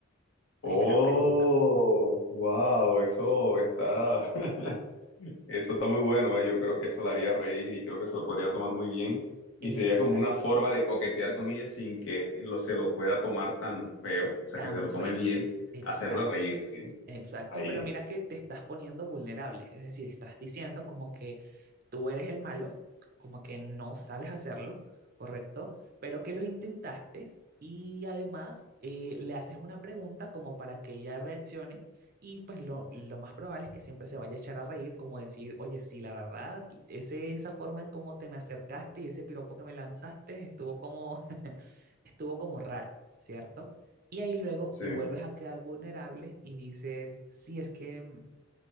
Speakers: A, on the left (about 80°); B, on the right (about 45°).
A: Oh,
B: Primera pregunta.
A: wow, eso está, <laughs> eso está muy bueno, eh. Yo creo que eso la haría reír y creo que se lo podría tomar muy bien. Y sería
B: Exacto,
A: como una forma de coquetear con ella sin que lo, se lo pueda tomar tan feo, o sea,
B: tan
A: que se lo
B: feo.
A: tome bien,
B: Exacto.
A: hacerla reír, sí.
B: Exacto,
A: Ahí,
B: pero mira que te estás poniendo vulnerable, es decir, estás diciendo como que tú eres el malo, como que no sabes hacerlo, ¿correcto? Pero que lo intentaste y además eh, le haces una pregunta como para que ella reaccione y pues lo, lo más probable es que siempre se vaya a echar a reír, como decir, oye, sí, la verdad, ese, esa forma en cómo te me acercaste y ese piropo que me lanzaste estuvo como, <laughs> estuvo como raro, ¿cierto? Y ahí luego
A: sí.
B: te vuelves a quedar vulnerable y dices, sí, es que mm,